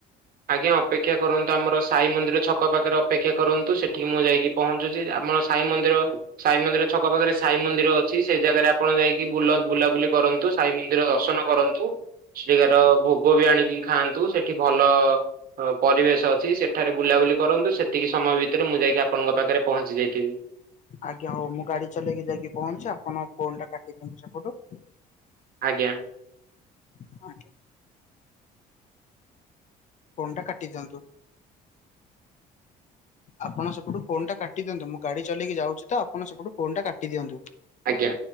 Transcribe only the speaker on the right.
ଆଜ୍ଞା! ଅପେକ୍ଷା କରନ୍ତୁ ଆମର ସାଇ ମନ୍ଦିର ଛକ ପାଖରେ ଅପେକ୍ଷା କରନ୍ତୁ ସେଠିକି ମୁଁ ଯାଇକି ପହଞ୍ଚୁଛି, ଆପ ଆମର ସାଇ ମନ୍ଦିର ସାଇ ମନ୍ଦିର ଛକ ପାଖରେ ସାଇ ମନ୍ଦିର ଅଛି ସେ ଜାଗାରେ ଆପଣ ଯାଇକି ବୁଲ ବୁଲାବୁଲି କର କରନ୍ତୁ ସାଇ ମନ୍ଦିର ଦର୍ଶନ କରନ୍ତୁ ସେଠିକାର ଭୋଗ ବି ଆଣିକି ଖାଆନ୍ତୁ ସେଠି ଭଲ ପରିବେଶ ଅଛି ସେଠାରେ ବୁଲାବୁଲି କରନ୍ତୁ। ସେତିକି ସମୟ ଭିତରେ ମୁଁ ଯାଇକି ଆପଣଙ୍କ ପାଖରେ ପହଞ୍ଚି ଯାଇଥିବି। <unintelligible>
ଜ୍ଞା।
<unintelligible>
ଆଜ୍ଞା!